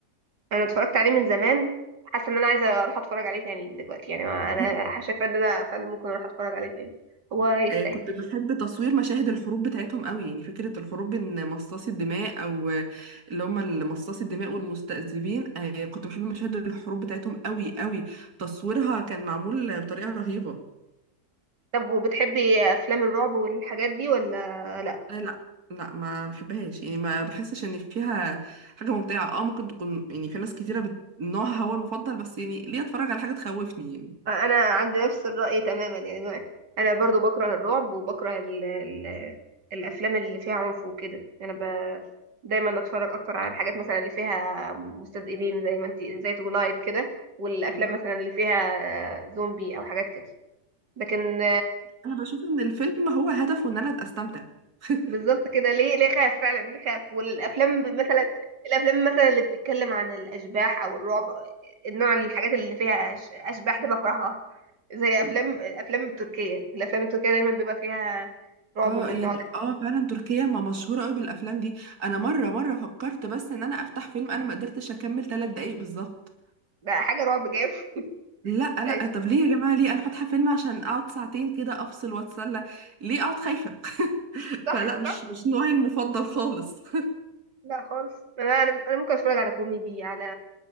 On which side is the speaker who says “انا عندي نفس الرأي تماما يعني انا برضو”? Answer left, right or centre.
Right